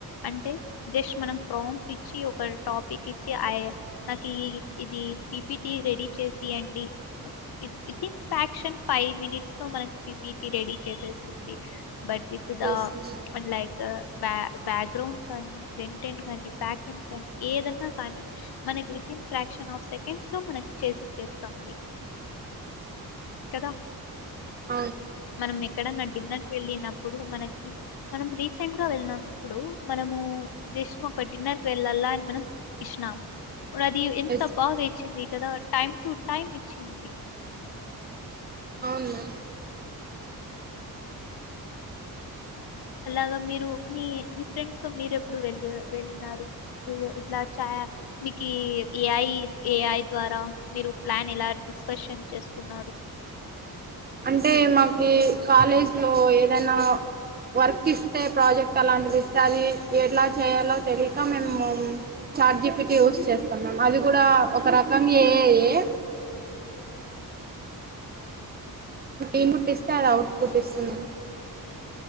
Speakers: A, on the left; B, on the right.
A: అంట్. టే జస్ట్ మనం ప్రాంప్ట్ ఇచ్చి ఒక టాపిక్ ఇచ్చి అయ్ నాకు ఈ ఇది ఇ పిపిటి రెడీ చేసి ఇయండి విత్ ఇన్ ఫైవ్ మినిట్స్ లో మనకు. పీపీటీ రెడీ చేసేస్తుంది బట్ విత్ ద
B: చేస్తుంది
A: లైక్ ఆహ్ బ్యా బ్యాక్ ఎండ్ కానీ ఫ్రంట్ ఎండ్ కానీ బ్యాక్ ఎండ్ కానీ ఏదన్నా కానీ. మనకి within fraction of seconds లో మనకు చేసి ఇచ్చేస్తుంది. కదా
B: అవును
A: మనం ఎక్. ఎక్కడన్నా డిన్నర్కి వెళ్ళినప్పుడు మనకి మనం రీసెంట్ గా వెళ్ళినప్పుడు మనము. జిష్ణుకు పట్టిన బెల్లం ల ఇష్టనము. అది ఎంత
B: ఎస్
A: బాగా ఇచ్చింది కదా టైమ్ టు టైమ్ ఇచ్చింది.
B: అవునా
A: అలాగా మీరు మీ మీ ఫ్రెండ్స్ మీరు ఎప్పుడు వెళ్ళ వెళ్ళినారు ఇట్లా చా <unintelligible> మికీ ఏఅయీ ఏఐ ద్వారా మీరు ప్లానెలా డిస్కషన్ చేస్కున్నారు.
B: అంటే మాకీ కాలేజ్లో ఏదన్నా వర్కిస్తే ప్రాజెక్టలాంటిదిస్తే అది ఎట్లా చేయ్యాలొ తెలీక మెమ్ము చాట్జీపీటి యూజ్ చేస్తాం మ్యామ్ అది గుడా ఒకరకం ఏఐయే. ఇన్ను
A: మ్మ్.
B: <unintelligible> ట్టిస్తే అదౌట్పుట్ ఇస్తుంది <unintelligible>